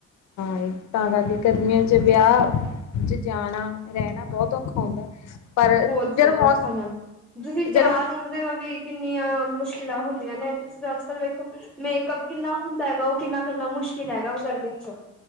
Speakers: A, on the left; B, in the centre.
A: ਹਾਂ ਤਾਂ ਕਰਕੇ ਗਰਮੀਆਂ ਚ ਵਿਆਹ ਜ ਜਾਣਾ ਰਹਿਣਾ ਬਹੁਤ ਔਖਾ ਹੁੰਦਾ ਪਰ
B: ਬਹੁਤ
A: ਜਿਹੜਾ
B: ਜ਼ਿਆਦਾ
A: ਮੌਸ
B: ਔਖਾ ਨਾਲ ਤੁਸੀਂ
A: ਜਦ
B: ਤਿਆਰ ਹੋਣ ਦੇ ਵੀ ਕਿੰਨੀਆਂ ਮੁਸ਼ਕਿਲਾਂ ਹੁੰਦੀਆਂ ਨੇ, ਤੁਸੀਂ ਅੱਜ ਕੱਲ ਵੇਖੋ। ਮੇਕਅਪ ਕਿੰਨਾ ਹੁੰਦਾ ਹੈਗਾ, ਉਹ ਕਿੰਨਾ ਕਰਨਾ ਮੁਸ਼ਕਿਲ ਹੈਗਾ ਗਰਮੀ ਚ